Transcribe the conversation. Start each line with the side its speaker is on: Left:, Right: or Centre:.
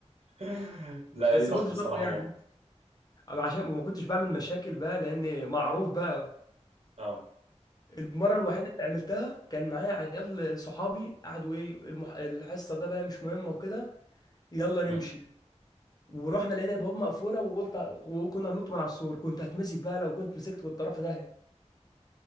Right: <laughs> لا
Left: بس
Right: دي ضغط
Left: كنت
Right: الصراحه
Left: شاطر يعني
Right: جامد
Left: أنا عشان ما كنتش بعمل مشاكل بقى لان معروف بقى
Right: اه
Left: المره الوحيده اللي عملتها كان معايا عيال صحابي قعدوا ايه المح... الحصه ده بقى مش مهمه وكده يلا نمشي
Right: مم.
Left: ورحنا لقينا البواب مقفوله وقلت وكنا هننط من على السور كنت هتمسك بقى لو كنت مسكت كنت طرف داهيه